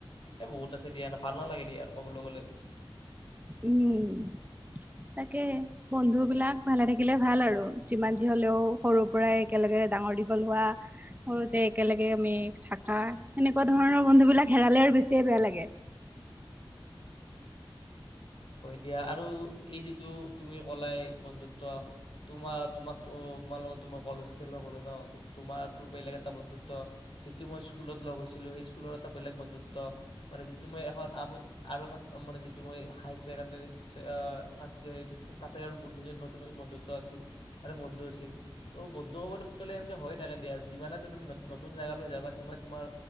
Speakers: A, on the left; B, on the right.
A: এ বহুত আছে দিয়া ন' ভাল নালাগে দিয়া আৰু ক'বলৈ গ'লে।
B: উম, তাকে বন্ধু বিলাক ভালে থাকিলে ভাল আৰু যিমান যি হ'লেও সৰুৰ পৰাই একেলগে ডাঙৰ দীঘল হোৱা সৰুতে একেলগে আমি থাকা সেনেকুৱা ধৰণৰ বন্ধু বিলাক হেৰালে আৰু বেছিয়ে বেয়া লাগে।
A: হয় দিয়া আৰু এই যিটো তুমি ক'লাই বন্ধুত্ব তোমাৰ তোমাক তোমাৰ লগতো মই কলেজত লগ হ'লো ন' তোমাৰো বেলেগ এটা বন্ধুত্ব যিটো মই স্কুলত লগ হৈছিলো সেই স্কুলত এটা বেলেগ বন্ধুত্ব মানে যিটো মই এখন আ আৰু এখন মানে যিটো মই হাইছ ছেকেণ্ডেৰি অ', ফাৰ্ষ্ট ইয়েৰ হেতু তাতে আৰু নিজৰ নতুন নতুন বন্ধুত্ব আছিল আৰু বন্ধু আছিল ত' বন্ধু ক ক'বলৈ গ'লে এনেকৈ হৈ থাকে দিয়া যিমানে তুম তুমি নতুন জেগালৈ যাবা সিমানে তোমাৰ